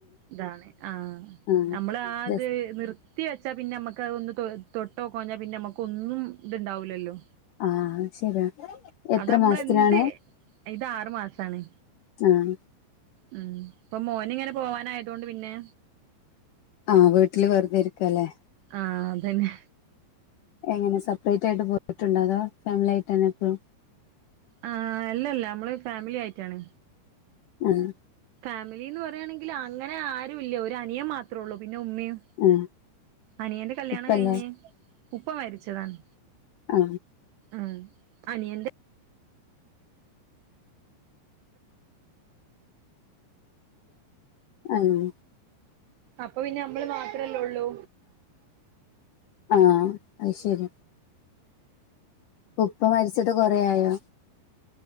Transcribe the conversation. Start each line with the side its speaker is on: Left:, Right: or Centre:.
Right: ഇതാണ് ആഹ
Left: ആഹ്
Right: നമ്മൾ ആത്
Left: ജസ്റ്റ്
Right: നിർ കുത്തി വെച്ചാ പിന്നെ നമ്മുക്ക് അതൊന്ന് തൊട്ടൊക്കോഞ്ഞാൽ പിന്നെ നമുക്ക ഒന്നും ഇത്ണ്ടാവില്ലല്ലോ
Left: ആഹ ശരിയാ എത്ര
Right: നമ്മളെന്ത്
Left: മാസത്തിനാണ്
Right: ഇത് ആറു മാസാണ്
Left: ആഹ
Right: ഉം പ്പംമോൻ ഇങ്ങനെ പോവാനായത കൊണ്ട് പിന്നെ
Left: ആഹ് വീട്ടില് വെറുതെരിക്ക അല്ലെ
Right: ആ അത് തന്നെ
Left: എങ്ങനെ സെപ്പറേറ്റ് ആയിട്ട് പോയിട്ടുണ്ടോ അതോ ഫാമിലി ആയിട്ട് തന്നെ എപ്പോഴും
Right: ആ അല്ലല്ലേ നമ്മള് ഫാമിലി ആയിട്ടാണ്
Left: ഉം
Right: ഫാമിലിന്ന് പറയാണെങ്കില്അങ്ങനെ ആരുംമില്ല ഒര് അനിയൻമാത്രള്ളു പിന്നെ ഉമ്മീമ്.
Left: ആ
Right: അനിയന്റെ കല്യാണം
Left: ഉപ്പല്ലേ
Right: കഴിഞ്ഞ് ഉപ്പ മരിച്ചതാണ്.
Left: ആ.
Right: ആഹ് അനിയന്റെ
Left: ആഹ് ഉം
Right: അപ്പൊ പിന്നെ അമ്മള് മാത്രല്ലേള്ളൂ.
Left: ആ അ അയ്ശെര്യാണ്. ഉപ്പ മര്ച്ചിട്ട് കൊറെആയോ?